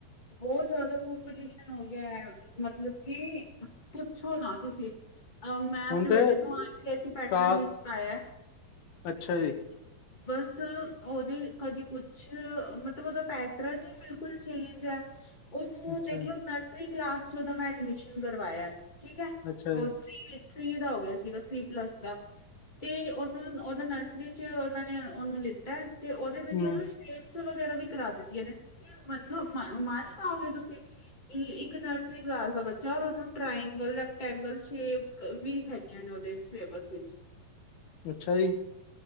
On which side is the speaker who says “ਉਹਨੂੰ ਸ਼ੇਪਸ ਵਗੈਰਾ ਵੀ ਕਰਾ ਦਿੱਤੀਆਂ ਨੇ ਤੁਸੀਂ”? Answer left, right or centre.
Left